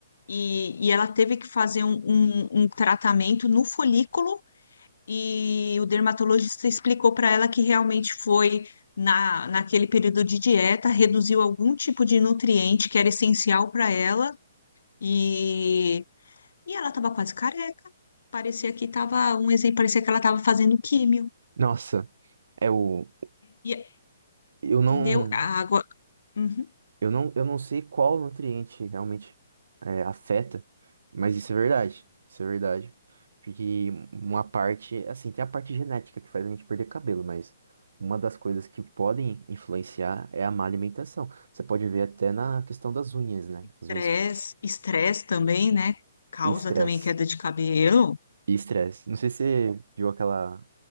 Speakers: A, on the left; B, on the right.
A: E, e ela teve que fazer um, um um tratamento no folículo e o dermatologista explicou para ela que realmente foi na, naquele período de dieta, reduziu algum tipo de nutriente que era essencial para ela e, e ela estava quase careca. Parecia que estava um exemplo, parecia que ela estava fazendo químio.
B: Nossa, é o
A: E,
B: eu não
A: entendeu? A água, uhum.
B: Eu não, eu não sei qual nutriente realmente é, afeta, mas isso é verdade. Isso é verdade. Porque uma parte, assim, tem a parte genética que faz a gente perder cabelo, mas uma das coisas que podem influenciar é a má alimentação. Você pode ver até na questão das unhas, né?
A: Estresse,
B: As unhas
A: estresse também, né? Causa
B: e estresse.
A: também queda de cabelo.
B: E estresse. Não sei se você viu aquela,